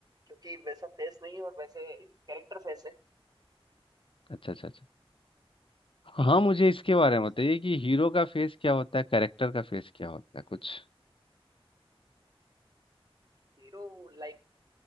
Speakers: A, on the right; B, on the left.
A: क्योंकि वैसा फेस नहीं है और वैसे कैरेक्टर फेस है
B: अच्छा अच्छा अच्छा हाँ मुझे
A: उसके
B: इसके बारे
A: हिसाब
B: में बताइए
A: से
B: कि हीरो का फेस क्या होता है कैरेक्टर का फेस क्या होता है कुछ
A: हीरो लाइक